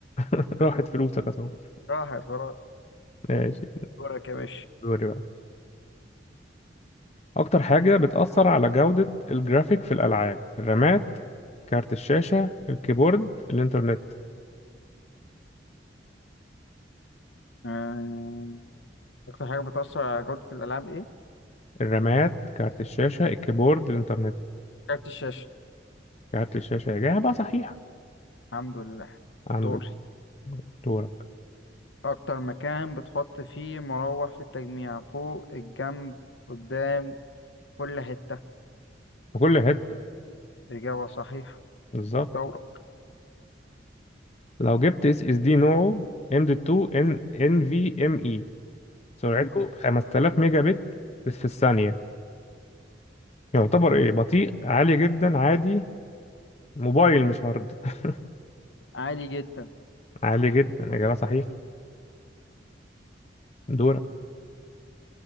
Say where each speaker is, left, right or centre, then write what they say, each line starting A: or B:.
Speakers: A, on the left; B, on the left.
A: <laughs>
B: <laughs>
A: راحت فلوسك يا صاحبي
B: راحت خلاص
A: ماشي
B: دورك يا باشا
A: دوري بقى اكتر حاجة بتأثر على جودة الجرافيك في الالعاب الرامات كارت الشاشة الكيبورد الانترنت
B: آه، اكتر حاجة بتأثر على جودة الالعاب ايه
A: الرامات كارت الشاشة الكيبورد الانترنت
B: كارت الشاشة
A: كارت الشاشة إجابة صحيحة
B: الحمد لله
A: عندك
B: دوري
A: دورك
B: اكتر مكان بتحط فيه مروح في التجميع فوق الجنب قدام كل حتة
A: في كل حتة
B: إجابة صحيحة
A: بالظبط
B: دورك
A: لو جبت اس اس دي نوعه ام دي 2 ان ان في ام اي سرعته 5000 ميجا بت بس في الثانية يعتبر ايه بطيء عالي جدا عادي موبايل مش هارد <laughs>
B: عالي جدا
A: عالي جدا إجابة صحيحة دورك